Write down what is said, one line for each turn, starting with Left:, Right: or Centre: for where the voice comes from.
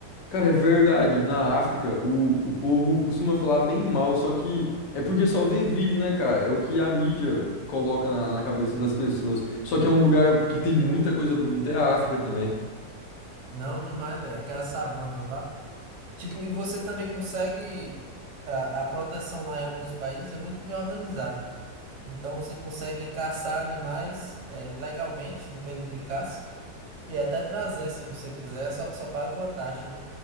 Left: Cara, é verdade. Na África, o, o povo costuma falar bem mal, só que é porque só vê vídeo, né, cara? É o que a mídia coloca na, na cabeça das pessoas. Só que é um lugar que tem muita coisa bonita, é a África também.
Right: Não, demais, velho. Aquelas savanas lá. Tipo, e você também consegue. A, a proteção lá em alguns países é muito bem organizada. Então você consegue caçar animais eh, legalmente no período de caça. E até trazer, se você quiser, só, só paga uma taxa, né?